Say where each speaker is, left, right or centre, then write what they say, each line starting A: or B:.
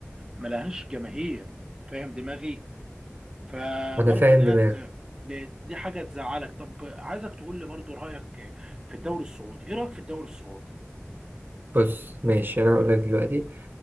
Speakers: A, on the right (about 15°); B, on the right (about 50°).
A: ملهاش جماهير فاهم دماغي فبرضه
B: أنا فاهم
A: ديت
B: دماغي
A: دي, دي حاجة تزعلك طب عايزك تقول لي برضه رأيك في الدوري السعودي ايه رأيك في الدوري السعودي
B: بص ماشي أنا هقول لك دلوقتي